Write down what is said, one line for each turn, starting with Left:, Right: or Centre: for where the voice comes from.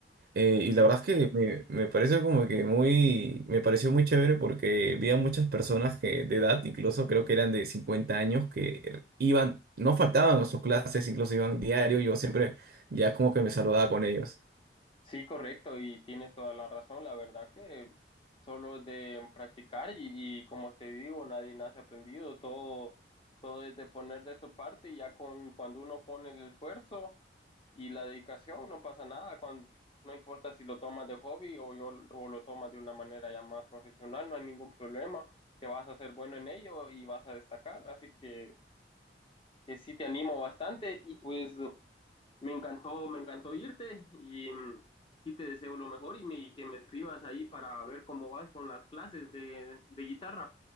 Right: Eh, y la
Left: Y
Right: verdad es que me, me parece como que muy, me pareció muy chévere porque vi a muchas personas que de edad, incluso creo que eran de 50 años, que iban, no faltaban a sus clases, incluso iban diario, yo siempre ya como que me saludaba con ellos.
Left: Sí, correcto, y tienes toda la razón. La verdad que solo de practicar y, y como te digo, nadie nace aprendido. Todo, todo es de poner de su parte y ya con cuando uno pone el esfuerzo y la dedicación, no pasa nada. Cuando, no importa si lo tomas de hobby o, yo- o lo tomas de una manera ya más profesional, no hay ningún problema. Te vas a hacer bueno en ello y vas a destacar. Así que, que sí te animo bastante y pues. Me encantó, me encantó irte y mm, sí te deseo lo mejor y, me- y que me escribas ahí para ver cómo vas con las clases de, de guitarra.